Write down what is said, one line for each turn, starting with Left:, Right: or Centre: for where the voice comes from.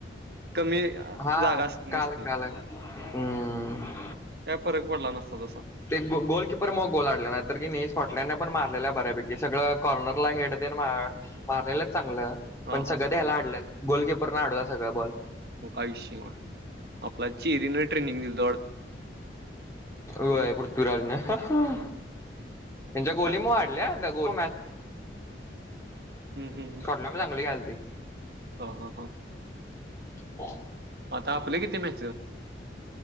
Right: कमी
Left: हा
Right: जागा
Left: काल
Right: नसते
Left: काल हम्म
Right: काय फरक पडला नसता तस
Left: ते बॉ बॉलकीपर मग बोलड नाही तर की स्कॉटलड पण मारलेल्या आहे बऱ्यापैकी सगळं कॉर्नरला हेट देन मारलेलं चांगलं
Right: हा
Left: पण
Right: हा
Left: सगळं
Right: हा
Left: ह्याला
Right: हा
Left: आडलं गोलकीपर न अडला सगळं बॉल
Right: मग काय विषय आपला चेरी लय ट्रेनिग दीलता
Left: व्हय पृथ्वीराजने त्यांच्या गोलीमुळे
Right: हम्म
Left: आडल्या द गु द मॅ
Right: हम्म हम्म
Left: होरला पण चांगली खेळालती
Right: हा हा हा
Left: हो
Right: आता आपले किती मॅ